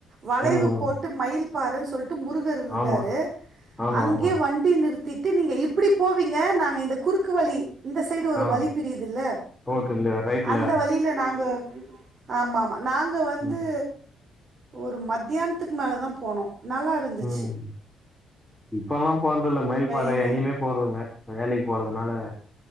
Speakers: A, on the right; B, in the centre.
A: வளைவு
B: ம் ம்
A: போட்டு மயில் பாறன் சொல் ட்டு முருகர் இருந்தாரு
B: ஆமா ஆமா
A: அங்கே
B: ஆமா
A: வண்டி நிறுத்திட் தி நீங்க இப்டி போவீங்க நாங்க இந்த குறுக்கு வழி இந்த சைடு ஒரு
B: ஆ
A: வழி பிரியுதுல்ல
B: ஓகே இல்ல ரைட்ல
A: அந்த வழியில நாங்க ஆமாமா நாங்க வந்து
B: ம்
A: ஒரு மத்தியானத்துக்கு மேலதா போனோ நல்லாருந்துச்சு
B: ம் இப்பல்லா போறதுல்ல மயில் பாற
A: எங்க
B: எங்கயுமே போறதுல்ல வேலைக் போறதுனால